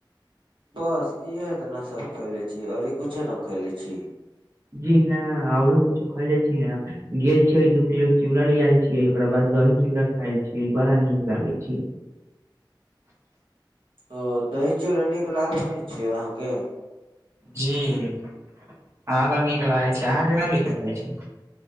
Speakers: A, on the right; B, on the right.
A: बस इहे इतना सब खइले छियै, औरे कुछो न खइले छी?
B: जी न औरो कुछो खैले छियै ने। गेल छियै दू किलो चूड़ा ले आइल छियै, ओकरा बाद दही चूड़ा खाइल छियै, बड़ा नीक लागै छै।
A: <inaudible> ओ दही-चूड़ा नीक लागै छै अहाँके?
B: जी अँहा बड़ नीक लागै छै। अहाँके ना नीक लागै छै?